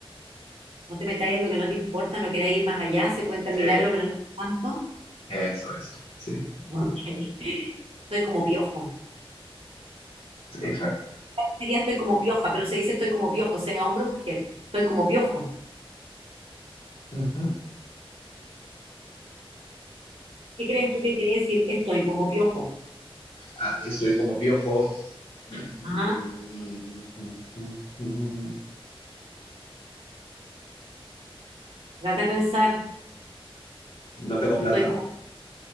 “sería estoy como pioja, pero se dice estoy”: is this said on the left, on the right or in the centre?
Right